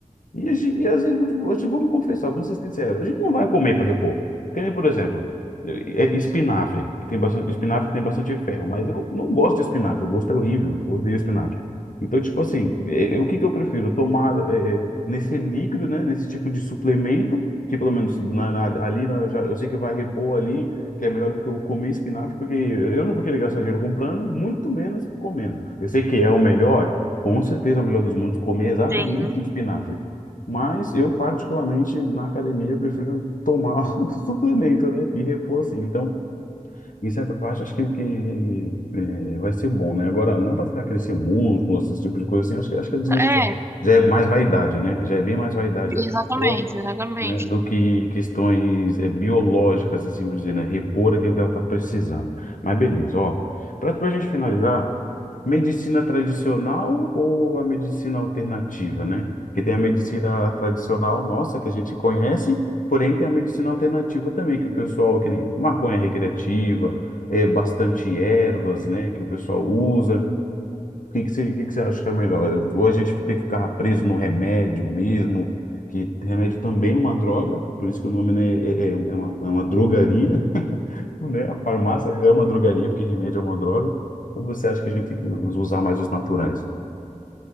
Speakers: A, on the left (about 80°); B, on the right (about 20°).
A: E, a gente, e às vezes, vou- assim, vamos confessar, vamos ser sinceros, a gente não vai comer para repor. Que nem, por exemplo, é- é espinafre, que tem bastante, espinafre que tem bastante ferro, mas eu não gosto de espinafre, o gosto é horrível, eu odeio espinafre. Então, tipo assim, é- é- o que que eu prefiro? Tomar é, é, nesse líquido, né, nesse tipo de suplemento, que pelo menos na- na- ali na- eu, já- eu sei que vai repor ali, que é melhor do que eu comer espinafre, porque eu não vou querer gastar dinheiro comprando, muito menos comendo. Eu sei que é o melhor, com certeza é o melhor dos mundos, comer exatamente
B: Sim.
A: o espinafre. Mas eu, particularmente, na academia, eu prefiro tomar <laughs> o suplemento, né? E repor assim. Então, em certa parte, acho que, que eh, vai ser bom, né? Agora, não para ficar crescer músculo, esse tipo de coisa assim, acho que, acho que é desnecessário.
B: É,
A: Já é mais vaidade, né? Já é bem mais vaidade
B: exatamente,
A: da pessoa
B: exatamente.
A: né, do que questões eh, biológicas, assim por dizer, né, repor aquilo que ela está precisando. Mas beleza, ó. Para a gente finalizar, medicina tradicional ou a medicina alternativa, né? Porque tem a medicina tradicional nossa, que a gente conhece, porém tem a medicina alternativa também, que o pessoal, que nem maconha recreativa, é, bastante ervas, né, que o pessoal usa. O que que você, que que você acha que é melhor? Eu- Ou a gente tem que ficar preso no remédio mesmo, que remédio também é uma droga, por isso que o nome, né, é, é, é uma, é uma drogaria, <laughs> né? A farmácia é uma drogaria, porque remédio é uma droga. Ou você acha que a gente tem que us- usar mais os naturais?